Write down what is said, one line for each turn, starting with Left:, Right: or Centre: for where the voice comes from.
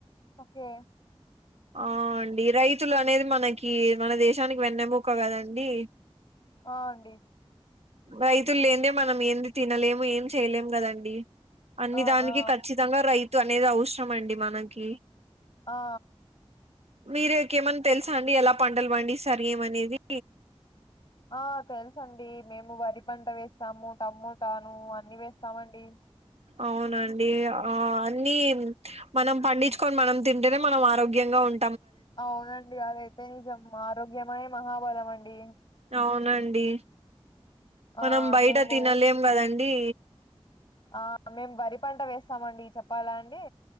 Left: ఓకే
Right: ఆ అండి రైతులు అనేది మనకి మన దేశానికి వెన్నెముక్క కదండి
Left: ఆ అండి
Right: రైతులు లేందే మనం ఏంది తినలేము ఏం చేయలేము కదండి అన్ని
Left: ఆ
Right: దానికి
Left: ఆ
Right: ఖచ్చితంగా రైతు అనేది అవసరం అండి మనకి
Left: ఆ
Right: మీరేకి ఏమన్నా తెలుసా అండి ఎలా పంటలు పండిస్తారు ఏమి అనేది
Left: ఆ తెలుసండి మేం నువ్వు వరి పంట వేస్తాము టమోటాను అన్ని వేస్తామండి
Right: అవునండి ఆ అన్ని మనం పండించుకొని మనం తింటేనే మనం ఆరోగ్యంగా ఉం
Left: అవునండి అదైతే నిజం ఆరోగ్యమే మహాబలమండి
Right: అవునండి మనం
Left: ఆ
Right: బయట
Left: మేము
Right: తినలేం కదండి
Left: ఆ మేం వరి పంట వేస్తామండి చెప్పాలా అండి